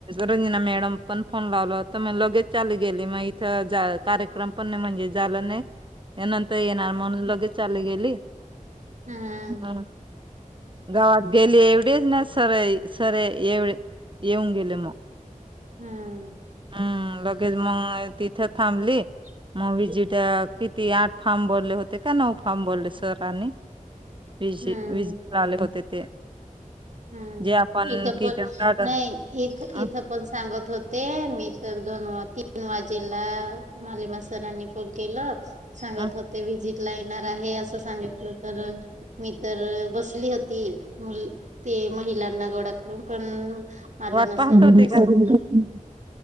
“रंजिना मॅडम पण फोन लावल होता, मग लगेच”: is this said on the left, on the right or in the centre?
Right